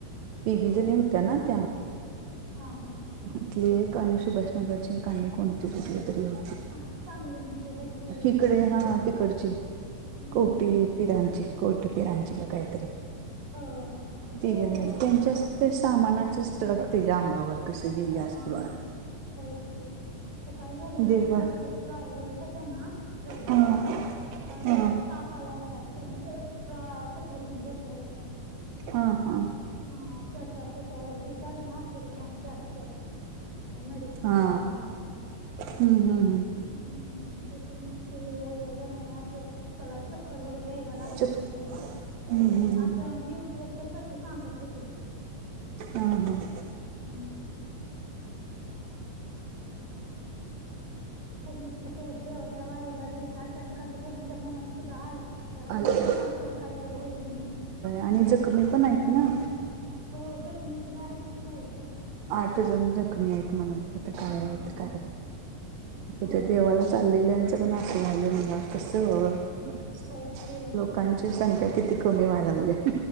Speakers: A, on the right; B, on the right.
A: तीगी
B: होय
A: जणी होत्या ना त्या.
B: हा हा,
A: इथले एक आणि सुभाष नगरचे कोणते कुठली तरी होती.
B: हा सांगली मधली होती बहुतेक
A: इिकडे
B: एक
A: हा तिकडची
B: हम्म
A: कवठे. फिराची कवठे फिरांची का कायत तरी.
B: हो
A: तघ
B: ते हम्म
A: त्यांच्या ते सामानाचेच ट्रक ते अंगावर कसे गेल्या. गॅस
B: अंग
A: पुरवात.
B: होयच की. ते काय झालं होत.
A: दीर्घ
B: तो ड्रायव्हर होता ना ट्रक
A: हा
B: ड्रायव्हर त्याला
A: हा
B: ताप आला होता. त्याने ते एक्स्ट्रा सप्लिमेंट घेतला होता.
A: हा हा.
B: हा त्याचा त्याच्यावर हे झालं ना. परिणाम जास्त ह मेडिसिन
A: हा
B: घेतल्यामुळे
A: हम्म हम्म हम्म
B: हम् त्याच्यामुळे ते होऊन झालं ना असं. त्याला चक्कर वगैरे यायला लागले
A: च
B: होते. मग
A: हम्म हम्म
B: अस न्यूज वर तस सांगत होते ते.
A: हम् हम.
B: हम्म. पण असं देवाच्या वारीेला जायचं. अचानकं कोणाच्या मनात सुद्धा आल येईल
A: आलं
B: का असं, काहीतर होईल म्हणून,
A: आणि जखमी पण आहेत ना.
B: हो, जखमी पण आहेत की काय जण.
A: आठ जण जखमी आहेत म्हणत होते. आता काय
B: हम्म
A: होतंय काय माहित
B: हो
A: त्या देवालाच चाललेल्यांचं पण असं व्हायले म्हटल्यावर कसं?
B: होयच की
A: लोकांची संख्या किती कमी व्हाय लागल्या.